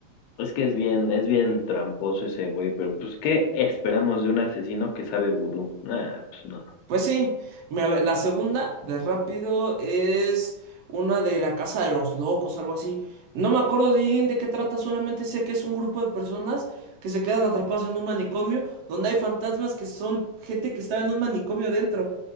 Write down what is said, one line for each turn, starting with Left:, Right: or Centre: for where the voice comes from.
Left: Es que es bien, es bien tramposo ese güey, pero pues, ¿qué esperamos de un asesino que sabe vudú? Ah, pues no.
Right: Pues sí, mira, a ver, la segunda de rápido es una de la Casa de los Locos, algo así. No me acuerdo bien de qué trata, solamente sé que es un grupo de personas que se quedan atrapadas en un manicomio donde hay fantasmas que son gente que estaba en un manicomio dentro.